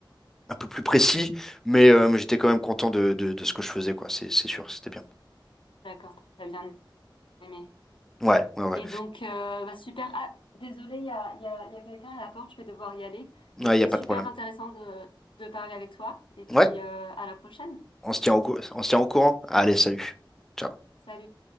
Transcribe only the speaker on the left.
D'accord, t'as bien aimé.
Et donc euh, bah, super. Ah, désolée, il y a, il y a, il y a quelqu'un à la porte, je vais devoir y aller.
Mais c'était
super
intéressant de, de parler avec toi. Et puis
euh, à la prochaine.
Salut.